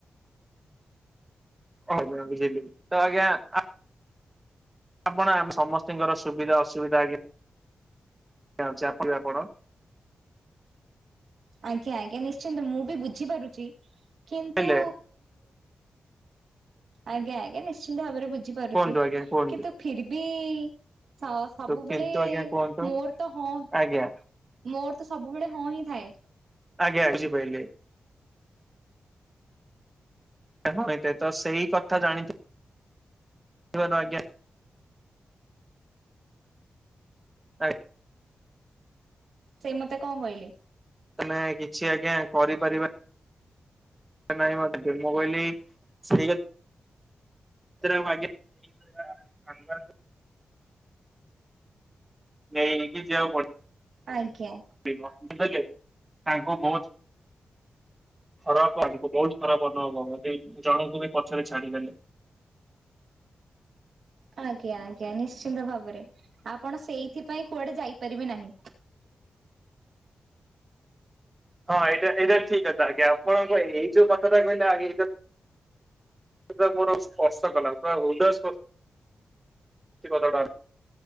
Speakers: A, on the right; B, on the right.
A: କହୁଛନ୍ତି ସେ ଯୋଗୁ ତ ଆଜ୍ଞା ଆ ଆପଣ ଆ ସମସ୍ତିଙ୍କର ସୁବିଧା ଅସୁବିଧା ଆଜ୍ଞା। ଅଛି ଆକଟିବା ପଣ।
B: ଆଜ୍ଞା ଆଜ୍ଞା ନିଶ୍ଚିନ୍ତ ମୁଁ ବି ବୁଝିପାରୁଛି କିନ୍ତୁ
A: ହେଲେ
B: ଆଜ୍ଞା ଆଜ୍ଞା ନିଶ୍ଚିନ୍ତ ଭାବରେ ବୁଝିପାରୁଛି
A: କୁହନ୍ତୁ ଆଜ୍ଞା କୁହନ୍ତୁ
B: କିନ୍ତୁ ଫିର ବି ଛ ସବୁବେଳେ
A: କିନ୍ତୁ ଆଜ୍ଞା କୁହନ୍ତୁ।
B: ମୋର ତ ହଁ।
A: ଆଜ୍ଞା
B: ମୋର ତ ସବୁବେଳେ ହଁ ହିଁ ଥାଏ।
A: ଆଜ୍ଞା ବୁଝିପାଇଲେ। ଆରେ ହଁ ଏଇଟା ତ ସେଇ କଥା ଜାଣିଥିବ ତ ଆଜ୍ଞା। ଆ
B: ସେ ମତେ କଁ କହିଲେ?
A: ତମେ କିଛି ଆଜ୍ଞା କରିପାରିବା ନାହିଁ ବଟ୍ <unintelligible> ମୁଁ କହିଲି ସେଇଆ <unintelligible> ଆଜ୍ଞା <inaudible> ନେଇକି ଯିବାକୁ ପଡି
B: ଆଜ୍ଞା।
A: ରିବ ବୁଝିପାଇଲେ ତାଙ୍କୁ ବୋହୁତ ଖରାପ <unintelligible> ବୋହୁତ ଖରାପ ଅନୁଭବ ହବ <unintelligible> ଜଣୁଙ୍କୁ ବି ପଛେରେ ଛାଡିଦେଲେ।
B: ଆଜ୍ଞା ଆଜ୍ଞା ନିଶ୍ଚିନ୍ତ ଭାବରେ ଆପଣ ସେଇଥିପାଇଁ କୁଆଡେ ଯାଇପାରିବେ ନାହିଁ।
A: ହଁ ଏଇଟା ଏଇଟା ଠିକ୍ କଥା ଆଜ୍ଞା ଆପଣଙ୍କ ଏଇ ଏଇ ଯୋଉ କଥାଟା କହିଲେ ଆଗେ ଏଇ ଯୋଉ ସେଟା ମୋର ସ୍ପର୍ଶ କଲା ପୁରା ହୃଦୟ ସ୍ପ ସେଇ କଥାଟା।